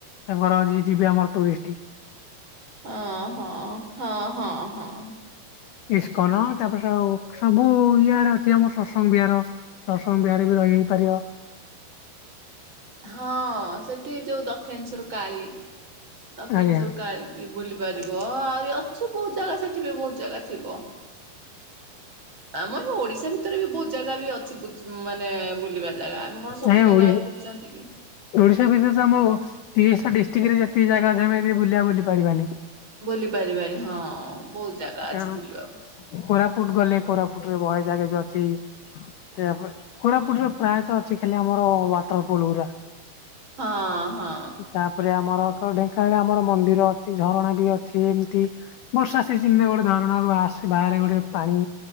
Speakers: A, on the left; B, on the right.
A: ତାଙ୍କର ଯିଏ ଯିବେ ଆମର ଟୁରିଷ୍ଟି।
B: ଓ ହଁ ହଁ ହଁ ହଁ।
A: ଇସ୍କନ ତାପରେ ସଆଉ ସବୁ ଇୟାଡ ଅଛି ଆମ ସତ୍ସଙ୍ଗ ବିହାର। ସତ୍ସଙ୍ଗ ବିହାର ବି ରହିହେଇ ପାରିବ।
B: ହଁ ସେଠି ଯୋଉ ଦକ୍ଷିଣେଶ୍ଵର କାଳୀ ଦକ୍ଷିଣେଶ୍ଵର
A: ଆଜ୍ଞା
B: କାଳୀ ବି କି ବୁଲି ପାରିବ ଆହୁରି ଅଛି ବୋହୁତ ଜାଗା ସେଠି ବି ବୋହୁତ ଜାଗା ଥିବ। ଆମ ଏ ଓଡିଶା ଭିତରେ ବି ବୋହୁତ ଜାଗା ବି ଅଛି ବୁଜି ମାନେ ବୁଲିବା ବା ଜାଗା ଆମେ କଣ ସବୁ
A: ଆଜ୍ଞା
B: ଜାଗା
A: ଓଡି
B: ଆଉ ବୁଲଚନ୍ତି କି।
A: ଓଡିଶା ଭିତରେ ତ ଆମ ଓ ତିରିଶଟା ଡିଷ୍ଟ୍ରିକରେ ଯେତିକି ଜାଗା ଅମେ ଯଦି ବୁଲିବା ବୁଲି ପାରିବାନି।
B: ବୁଲି ପାରିବାନି ହଁ। ବହୁତ ଜାଗା ଅଛି
A: କାରଣ
B: ବୁଲିବାକୁ।
A: କୋରାପୁଟ ଗଲେ କୋରାପୁଟରେ ବହେ ଜାଗା ବି ଅଛି। ତାପରେ କୋରାପୁଟରେ ପ୍ରାୟତଃ ଅଛି ଖାଲି ଆମର ୱାଟରଫଲ ଗୁରା।
B: ହଁ ହଁ
A: କି ତାପ୍ ପରେ ଆମର କ ଢେଙ୍କାନଳରେ ଆମର ମନ୍ଦିର ଅଛି ଝରଣା ବି ଅଛି ଏମିତି ବର୍ଷା ସିଜିିନରେ ଗୋଟେ ଝରଣାରୁ ଆସେ ବାହାରେ ଗୋଟେ ପାଣି।